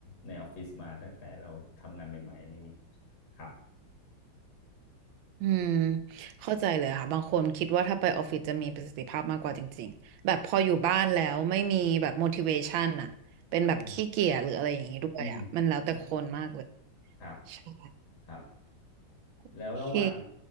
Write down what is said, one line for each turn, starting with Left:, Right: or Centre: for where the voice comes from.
Left: ในออฟฟิศมาตั้งแต่เราทำงานใหม่ๆอะไรเงี้ยครับ
Right: อืมเข้าใจเลยค่ะบางคนคิดว่าถ้าไปออฟฟิศจะมีประสิทธิภาพมากกว่าจริงๆแบบพออยู่บ้านแล้วไม่มีแบบ motivation อะเป็นแบบขี้เกียจหรืออะไรอย่างนี้ด้วยอะมันแล้วแต่คนมากเลย
Left: อืมอืมฮะครับ
Right: ใช่
Left: ครับ
Right: โอเค
Left: แล้วระหว่าง